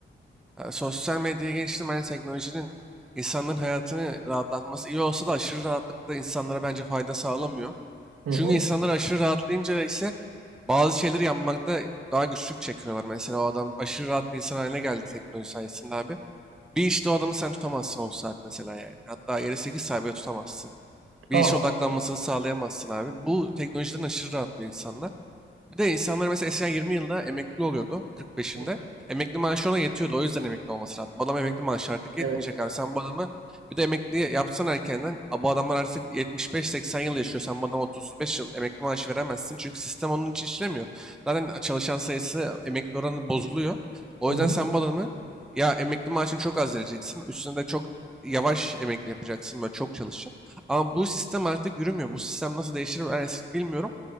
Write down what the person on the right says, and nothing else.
Hı
hı.
Tutamazsın.
tabii.
Hı hı.
Evet.
Hı
hı.